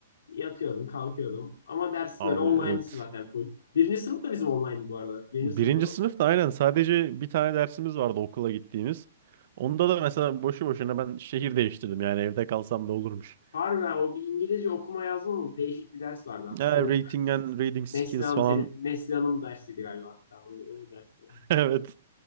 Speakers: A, on the left (about 85°); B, on the right (about 40°).
A: yatıyordum, kalkıyordum. Ama ders
B: abi
A: böyle online'sı
B: evet.
A: zaten full. Birinci sınıf da bizim online'dı bu arada. Birinci
B: Birinci
A: sınıfta da
B: sınıfta aynen sadece bir tane dersimiz vardı okula gittiğimiz. Onda da mesela boşu boşuna ben şehir değiştirdim yani evde kalsam da olurmuş.
A: Harbi ha, o bir İngilizce okuma yazma mı? Değişik bir ders vardı.
B: Ha,
A: O galiba.
B: rating and reading skills
A: Neslihan
B: falan.
A: senin
B: <laughs>
A: Neslihan'ın dersiydi galiba hatta o- onun dersi.
B: Evet.